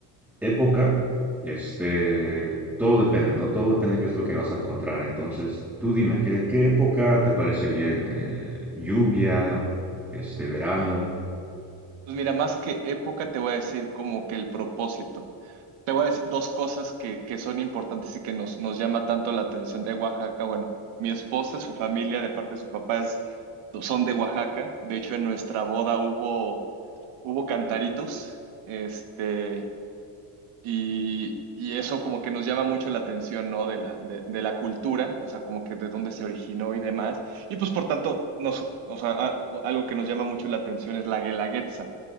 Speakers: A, in the centre; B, on the right.
A: época, este, todo depende, ¿no? Todo depende de qué es lo que vas a encontrar. Entonces, tú dime, ¿qué, qué época te parece bien? Eh, lluvia, este, verano.
B: Pues mira, más que época, te voy a decir como que el propósito. Te voy a decir dos cosas que, que son importantes y que nos, nos llama tanto la atención de Oaxaca. Bueno, mi esposa, su familia, de parte de sus papás, son de Oaxaca. De hecho, en nuestra boda hubo, hubo cantaritos, este, y, y eso como que nos llama mucho la atención, ¿no? De la, de, de la cultura, o sea, como que de dónde se originó y demás. Y pues, por tanto, nos, o sea, a- algo que nos llama mucho la atención es la guelaguetza.